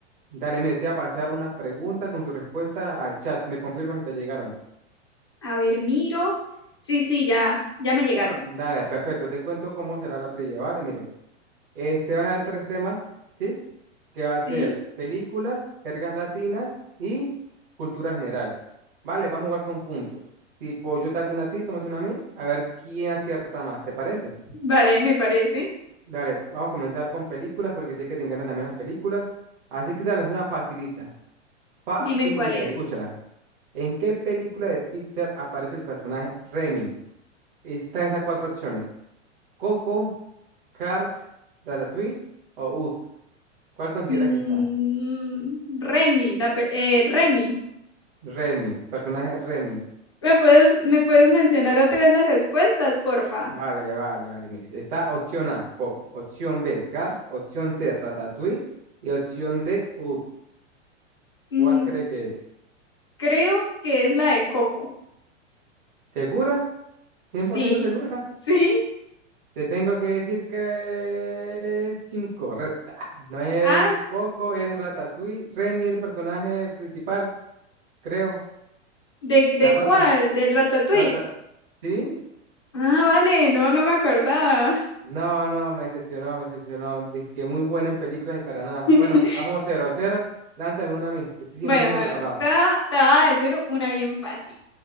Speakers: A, on the right; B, on the left.
A: Dale, mire, te voy a pasar unas preguntas con su respuesta al chat. Me confirmas si te llegaron.
B: A ver, miro. Sí, sí, ya, ya me llegaron.
A: Dale, perfecto. Te cuento cómo será la trivia, ¿vale? Mire, este van a dar tres temas, ¿sí? que va a
B: Sí,
A: ser películas, jergas latinas y cultura general. Vale, vamos a jugar con puntos. Tipo, yo te hago una a ti, tú me haces una a mí, a ver quién acierta más, ¿te parece?
B: vale, me parece.
A: Dale, t- vamos a comenzar con películas porque sé que te encantan también las películas. Así que dale, es una facilita. Facilita,
B: Dime cuál es.
A: escúchala. ¿En qué película de Pixar aparece el personaje Remy? Están estas cuatro opciones. Coco, Cars, Ratatouille o Up. ¿Cuál consideras
B: Mm,
A: que está?
B: Remy, la pe- eh, Remy.
A: Remy, personaje Remy.
B: ¿Me puedes, me puedes mencionar otra vez las respuestas, porfa?
A: Vale, vale, vale. Mire, está opción A, Coco. Opción B, Cars. Opción C, Ratatouille. Y opción D, Up.
B: Mm,
A: ¿Cuál cree que es?
B: creo que es la de Coco.
A: ¿Segura? cien
B: Sí,
A: por ciento segura?
B: <laughs> ¿Sí?
A: Te tengo que decir que es incorrecta. No es
B: Ah,
A: Coco, es Ratatouille. Remy, el personaje principal, creo.
B: ¿de,
A: La
B: de
A: rata.
B: cuál? ¿Del Ratatouille?
A: Rata. ¿Sí?
B: Ah, vale, no, no me acordaba.
A: No, no, me decepcionó, me decepcionó. Dice que muy buena en películas y para nada.
B: <laughs>
A: Bueno, vamos cero a 0. Lánzame una a mí. Estoy cien
B: Bueno,
A: por ciento
B: bueno,
A: preparado.
B: te, va- te va a decir una bien fácil.